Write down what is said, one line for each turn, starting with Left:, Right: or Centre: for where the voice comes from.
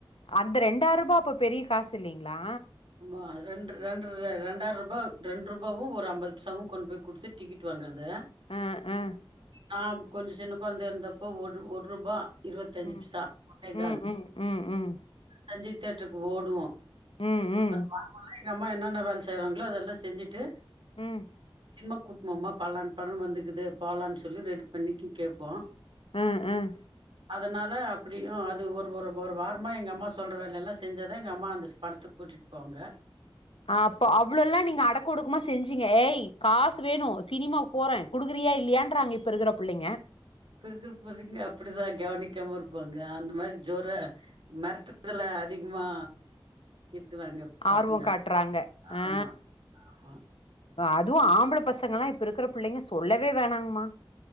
Left: அந்த ரெண்டாயிர ரூபா அப்ப பெரிய காசு இல்லைங்களா
Right: ஆ ரெண்டு ரெண்டு ரெண்டாயிர ரூபா ரெண்டு ரூபாவும் ஒரு அம்பது பைசாவு கொண்டு போய் குடுத்துட்டு டிக்கெட் வாங்குறது
Left: அ அ
Right: நா கொஞ்ச சின்ன குழந்தை இருந்தப்போ ஒரு ஒரு ரூபா இருபத்தஞ்சு
Left: ம்
Right: பைசா மேகால்
Left: ம் ம் ம் ம்
Right: ரன்ஜி தேட்டருக்கு ஓடுவோ
Left: ம் ம்
Right: அது வாங்கலா எங்க அம்மா என்னென்ன வேல செய்யறாங்களோ அதெல்லா செஞ்சிட்டு
Left: ம்
Right: சினிமா கூட்டும்மா பலான் பழம் வந்துக்குது போலான்னு சொல்லி ரெண்டு மணிக்கு கேட்போ
Left: ம் ம்
Right: அதனால அப்டியு அது ஒரு ஒரு ஒரு வாரமா எங்க அம்மா சொல்ற வேலையெல்லா செஞ்ச தா எங்க அம்மா அந்த படத்துக்கு கூட்டிட்டு போவாங்க
Left: அப்போ அவ்வள எல்லா நீங்க அடக்க ஒடுக்குமா செஞ்சீங்க ஏய் காசு வேணு சினிமாக்கு போற குடுக்குறியா இல்லையாறாங்க இப்போ இருகிற பிள்ளைங்க
Right: இப்ப இருக்கிற பசங்க அப்டிதா கவனிக்காம இருப்பாங்க அந்த மாதிரி ஜோர மெரட்றதுல அதிகமா இருக்குறாங்க பசங்க
Left: ஆர்வ காட்றாங்க அ
Right: ஆமா ஆமா
Left: அதுவு ஆம்பள பசங்கல்லா இப்ப இருக்கிற பிள்ளைங்க சொல்லவே வேணாங்கமா